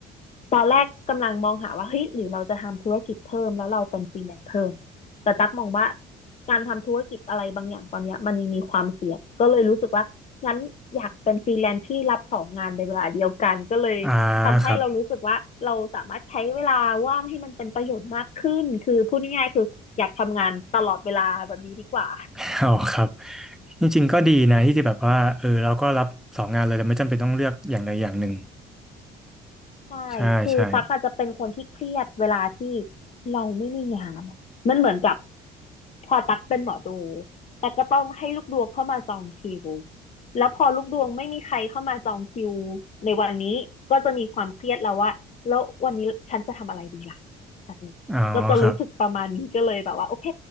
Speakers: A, on the left; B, in the centre.
A: ตอนแรกกำลังมองหาว่าเฮ้ยหรือเราจะทำธุรกิจเพิ่มแล้วเราเป็นฟรีแลนซ์เพิ่มแต่ตั๊กมองว่าการทำธุรกิจอะไรบางอย่างตอนเนี้ยมันยังมีความเสี่ยงก็เลยรู้สึกว่างั้นอยากเป็นฟรีแลนซ์ที่รับสองงานในเวลาเดียวกันก็เลยทำให้เรารู้สึกว่าเราสามารถใช้เวลาว่างให้มันเป็นประโยชน์มากขึ้นคือพูดง่ายๆคืออยากทำงานตลอดเวลาแบบนี้ดีกว่า
B: อ่าครับ <laughs> อ๋อครับจริงๆก็ดีนะที่จะแบบว่าเออเราก็รับสองงานเลยแต่ไม่จำเป็นต้องเลือกอย่างใดอย่างหนึ่ง
A: ใช่คือตั๊กอาจจะเป็นคนที่เครียดเวลาที่
B: ใช่ใช่
A: เราไม่มีงานอะมันเหมือนกับ พอตักเป็นหมอดูแต่ก็ต้องให้ลูกดวงเข้ามาจองคิวแล้วพอลูกดวงไม่มีใครเข้ามาจองคิวในวันนี้ก็จะมีความเครียดแล้วว่าแล้ววันนี้ฉันจะทำอะไรดีล่ะแบบนี้ก็จะรู้สึกประมาณนี้ก็เลยแบบว่าโอเค
B: อ๋อครับ